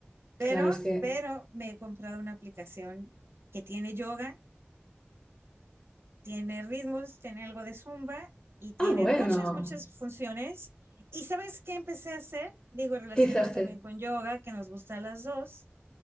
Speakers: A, on the right; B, on the left.
A: Pero,
B: claro, es que,
A: pero me he comprado una aplicación que tiene yoga tiene ritmos, tiene algo de zumba y tiene
B: ah, bueno,
A: muchas, muchas funciones. ¿Y sabes qué empecé a hacer? Digo, relacionado
B: ¿qué hiciste?
A: también con yoga, que nos gusta a las dos,